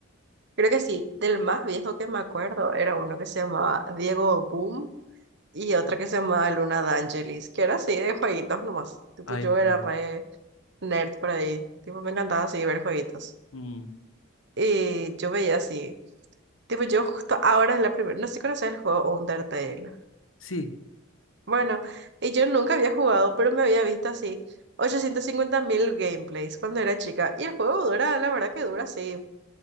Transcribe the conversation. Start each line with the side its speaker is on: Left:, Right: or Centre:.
Right: Creo que sí, del más viejo que me acuerdo era uno que se llamaba Diego Boom y otro que se llamaba Luna D'Angelis, que era así de jueguitos nomás. Tipo,
Left: Ay,
Right: yo
Left: joder.
Right: era re nerd por ahí. Tipo, me encantaba así ver jueguitos.
Left: Mm,
Right: Y yo veía así. Tipo, yo justo ahora es la primera. No sé si conoces el juego Undertale.
Left: sí.
Right: Bueno, y yo nunca había jugado, pero me había visto así ochocientos cincuenta mil gameplays cuando era chica. Y el juego dura, la verdad que dura así.